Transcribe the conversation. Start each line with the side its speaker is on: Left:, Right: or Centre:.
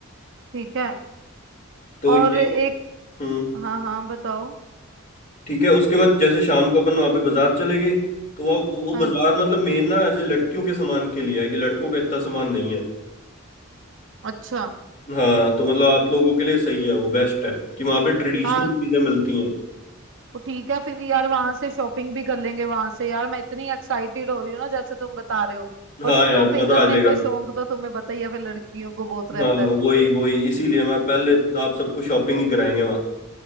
Right: ठीक है
Left: तो
Right: और
Left: ये
Right: एक
Left: हम्म
Right: हाँ हाँ बताओ
Left: ठीक है उसके बाद जैसे शाम को अपन वहाँ पे बाजार चले गए तो वहाँ वो वो
Right: हाँ
Left: बाजार मतलब मेन ना ऐसे लड़कियों के सामान के लिए है कि लड़कों का इतना सामान नहीं है
Right: अच्छा
Left: हाँ तो मतलब आप लोगों के लिए सही है वो बेस्ट है कि वहां पे ट्रेडिशनल
Right: हाँ
Left: चीजें मिलती हैं
Right: तो ठीक है फिर यार वहां से शॉपिंग भी कर लेंगे वहां से यार मैं इतनी एक्साइटेड हो रही हूँ ना जैसे तुम बता रहे हो
Left: हाँ
Right: और शॉपिंग
Left: यार मजा
Right: करने
Left: आ जाएगा
Right: का शौक तो तुम्हें पता ही है फिर लड़कियों को बहुत रहता
Left: हाँ वही वही इसीलिए मैं पहले आप सबको शॉपिंग ही कराएंगे वहाँ